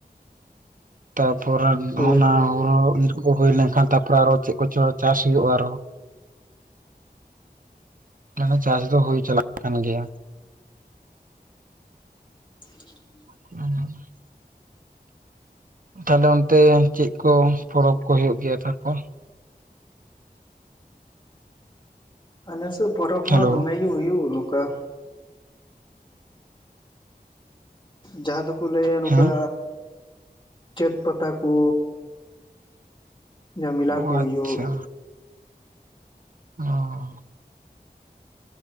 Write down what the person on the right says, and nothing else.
ᱛᱟᱯᱚᱨᱟ
ᱚᱱᱟ ᱦᱩᱲᱩ ᱤᱨ ᱠᱚ ᱦᱩᱭ ᱞᱮᱱᱠᱷᱟᱱ ᱛᱟᱯᱚᱨᱮ ᱟᱨᱚ ᱪᱮᱜ ᱠᱚᱪᱚ ᱪᱟᱥ ᱦᱩᱭᱩᱜᱼᱟ ᱟᱨᱦᱚᱸ᱾ ᱡᱟᱦᱟᱸ ᱪᱟᱥ ᱫᱚ ᱦᱩᱭ ᱪᱟᱞᱟᱜ ᱠᱟᱱ ᱜᱮᱭᱟ,
ᱩᱸ ᱛᱟᱦᱞᱮ ᱚᱱᱛᱮ ᱪᱮᱜ ᱠᱚ ᱯᱚᱨᱚᱵᱽ ᱠᱚ ᱦᱩᱭᱩᱜ ᱜᱮᱭᱟ ᱛᱟᱨᱯᱚᱨ?
ᱦᱮᱞᱳ
ᱦᱮᱸ
ᱚ
ᱟᱪᱪᱷᱟ ᱚᱸ